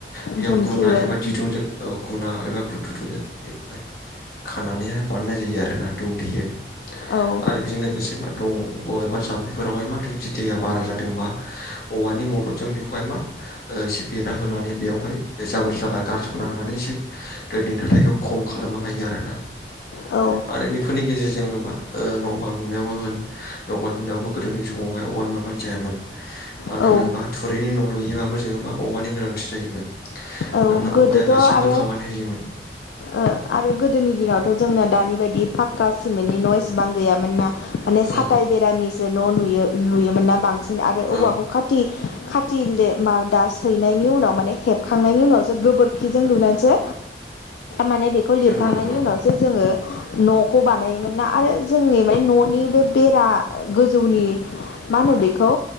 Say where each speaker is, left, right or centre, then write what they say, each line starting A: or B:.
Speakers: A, on the left; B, on the left.
A: बेयाव
B: दुमथेयो
A: गुना एबा दिरुंजों। औ गुना एबा गुथुथुजों बेखौहाय। खानानैहाय बानायनाय जायो आरोना दुमथेयो।
B: औ।
A: आरो बेजों लोगोसे मा दं अबेबा जाम्फैफोरावहाय मा जुदि दैया बारा जादोंबा औवा नि मददजों बेखौहाय मा ओ एसे बेरा होनानै बेवहाय जाबोर जाला गारस'ना होनानै एसे दोनि नाथायखौ खम खालामनो हायो आरोना
B: औ
A: आरो बे बेफोरनि गेजेरजों मा ओ न' बां लुनायावबो होन न' बां लुनायावबो गोदोनि समावहाय औवा नङाबानो जायामोन। मानो
B: औ
A: होनोबा थुरिनि न' लुयोबाबो जोङो मा औवानि गोनांथि जायोमोन।
B: औ
A: मानोना
B: गोदोथ'
A: औवाया
B: आरो
A: गासैबो खामानि होयोमोन।
B: ओ आरो गोदोनि दिनावथ' जोंना दानि बायदि फाक्का सिमेन्टनि न' एसेबां गैयामोन ना। माने
A: औ
B: साथाइ बेरानिसो न' नुयो नुयोमोन ना बांसिन आरो
A: औ
B: औवाखौ खा खाथि खाथि लि मा दा सैनायनि उनाव माने हेब। खांनायनि उनावसो गोबोरखिजों लुनानैसो माने बेखौ लिरखांनायनि
A: नंगौ नंगौ
B: उनाव जोङो न'खौ बानायोमोन ना आरो जोंनि मे न'नि बे बेरा। ओ गोजौनि मा होनो बेखौ